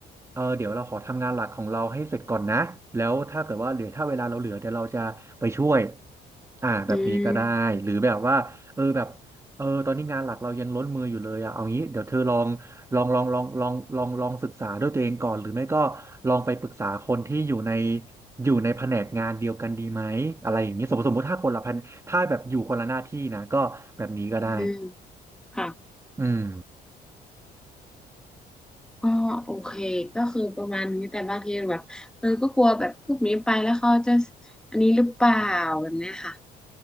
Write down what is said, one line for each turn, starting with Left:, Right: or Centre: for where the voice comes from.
Right: เออเดี๋ยวเราขอทำงานหลักของเราให้เสร็จก่อนนะแล้วถ้าเกิดว่าเหลือถ้าเวลาเราเหลือเดี๋ยวเราจะไปช่วยอ่าแบบนี้ก็ได้หรือแบบว่าเออแบบเออตอนนี้งานหลักเรายังล้นมืออยู่เลยอะเอางี้เดี๋ยวเธอลองลองลองลองลองลองลองศึกษาด้วยตัวเองก่อนหรือไม่ก็
Centre: อืม
Right: ลองไปปรึกษาคนที่อยู่ในอยู่ในแผนกงานเดียวกันดีไหมอะไรอย่างนี้สมมติสมมติถ้าคนละแผนถ้าแบบอยู่คนละหน้าที่นะก็แบบนี้ก็ได้
Centre: อืมค่ะ
Right: อืม
Centre: อ๋อโอเคก็คือประมาณนี้แต่บางทีแบบเออก็กลัวแบบพวกนี้ไปแล้วเขาจะอันนี้หรือเปล่าแบบเนี้ยค่ะ